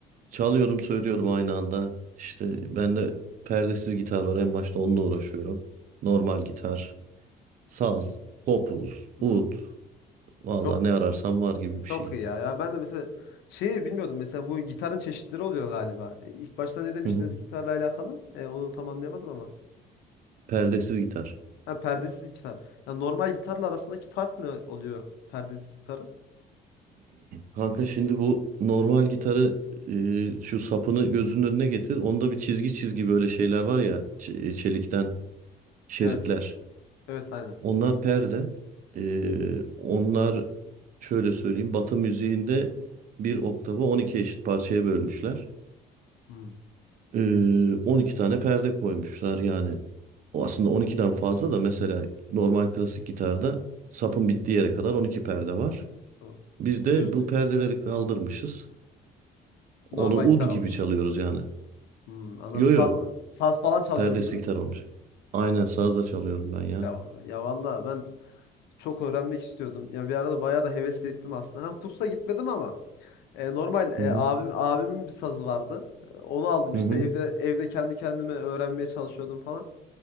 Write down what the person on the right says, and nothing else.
Çalıyorum söylüyorum aynı anda. İşte bende perdesiz gitar var. En başta onunla uğraşıyorum. Normal gitar, saz, kopuz,
ud. Valla
ne ararsam var gibi bir
şey.
Hı hı.
Perdesiz gitar.
Kanka şimdi bu normal gitarı e, şu sapını gözünün önüne getir. Onda bir çizgi çizgi böyle şeyler var ya ç- e, çelikten şeritler.
Onlar perde. E, onlar şöyle söyleyeyim Batı müziğinde bir oktavı 12 eşit parçaya bölmüşler.
E, 12 tane perde koymuşlar yani. O aslında 12'den fazla da mesela normal klasik gitarda sapın bittiği yere kadar 12 perde var.
Biz de
bu perdeleri kaldırmışız.
Onu ud
gibi
çalıyoruz yani.
Yo
yo.
Perdesi
gitar olmuş. Aynen sazla çalıyorum ben ya.
Hı hı.
Hı
hı.